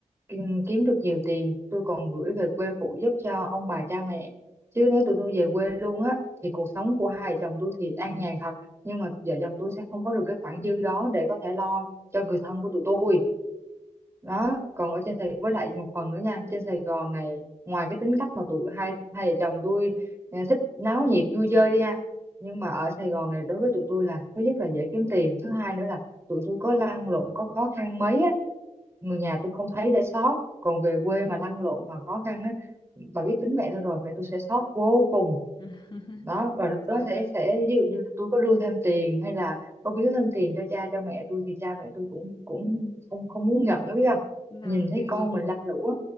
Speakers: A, on the right (about 20°); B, on the left (about 40°).
A: Ừ, kiếm được nhiều tiền tôi còn gửi về quê phụ giúp cho ông bà cha mẹ chứ nếu tụi tôi về quê luôn á thì cuộc sống của hai vợ chồng tôi thì an nhàn thật nhưng mà vợ chồng tôi sẽ không có được cái khoản dư đó để có thể lo cho người thân của tụi tôi đó còn ở trên Sài với lại một phần nữa nha trên Sài Gòn này ngoài cái tính cách mà tụi hai hai vợ chồng tôi eh, thích náo nhiệt vui chơi đi ha nhưng mà ở Sài Gòn này đối với tụi tôi là thứ nhất là dễ kiếm tiền thứ hai nữa là tụi tôi có lăn lộn có khó khăn mấy á người nhà tôi không thấy để sót còn về quê mà lăn lộn mà khó khăn á bà biết tính mẹ tôi rồi mẹ tôi sẽ sót vô cùng
B: <laughs>
A: đó và lúc đó
B: Trời
A: sẽ
B: ơi.
A: sẽ ví dụ như là tôi có đưa thêm tiền hay là có biếu thêm tiền cho cha cho mẹ tôi thì cha mẹ tôi cũng cũng không không muốn nhận đó biết không
B: làm
A: nhìn thấy
B: gì
A: con mình lam lũ á